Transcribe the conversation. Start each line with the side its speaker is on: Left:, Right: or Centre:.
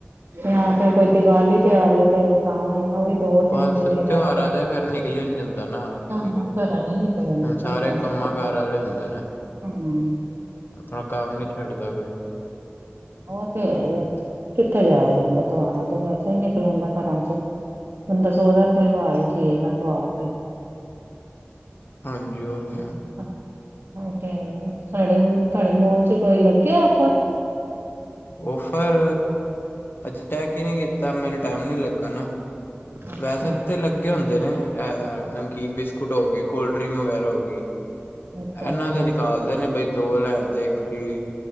Right: ਜਾਂ ਫਿਰ ਕੋਈ ਦੀਵਾਲੀ ਤੇ ਆਵੇ ਤੇ ਤਾਂ ਐ ਨਾ, ਉਹ ਵੀ ਦੋ ਤਿੰਨ
Left: ਬਸ
Right: ਦਿਨ ਹੀ ਰਹਿ
Left: ਤਿਉਹਾਰਾਂ
Right: ਜਾਣਾ
Left: ਤੇ ਫੇਰ ਨਿਕਲਿਆਂ ਨੀ ਜਾਂਦਾ ਨਾ। ਕਿਸੀ
Right: ਨਾ
Left: ਕੋਲੋਂ,
Right: ਘਰਾਂ ਨੀ ਨਿਕਲਿਆ ਜਾਂਦਾ
Left: ਹੁਣ ਸਾਰੇ
Right: ਧੁਆਰਾ
Left: ਕੰਮਾਂ
Right: ਤੇ
Left: ਕਾਰ ਵਾਲੇ ਹੁੰਦੇ ਨੇ।
Right: ਹੂੰ
Left: ਆਪਣਾ ਕੰਮ ਨੀ ਛੱਡਦਾ ਕੋਈ।
Right: ਉਹ ਤੇ ਕਿੱਥੇ ਜਾਇਆ ਜਾਂਦਾ ਤਿਉਹਾਰਾਂ ਤੇ ਵੈਸੇ ਹੀ ਨਹੀਂ ਨਿਕਲਿਆ ਜਾਂਦਾ ਘਰਾਂ ਚ ਬੰਦਾ ਸੋਚਦਾ ਆਪਣੇ ਘਰ ਹੀ ਠੀਕ ਆ, ਤਿਉਹਾਰ ਤੇ
Left: ਹਾਂਜੀ, ਉਹ ਵੀ ਆ।
Right: ਹਾਂ, ਤੇ ਸਾਡੇ ਤੁਹਾਡੇ ਮਾਲ ਚ ਕੋਈ ਲੱਗਿਆ ਓਫਰ।
Left: ਓਫਰ ਅੱਜੇ ਤੈੱਕ ਹੀ ਨਹੀਂ ਕੀਤਾ, ਮੈਨੂੰ ਟਾਈਮ ਨੀ ਲੱਗਾ ਨਾ।
Right: ਅੱਛਾ,
Left: ਵੈਸੇ ਤੇ ਲੱਗੇ ਹੁੰਦੇ ਨੇ, ਅ ਨਮਕੀਨ ਬਿਸਕੁਟ ਹੋ ਗਏ, ਕੋਲਡ ਡਰਿੰਕ ਵਗੈਰਾ ਹੋ ਗਈ।
Right: ਅੱਛਾ,
Left: ਇਹਨਾਂ
Right: ਅੱਛਾ।
Left: ਤੇ ਨਿਕਾਲਦੇ ਨੇ ਬਈ ਦੋ ਲੈਣ ਤੇ ਫਰੀ,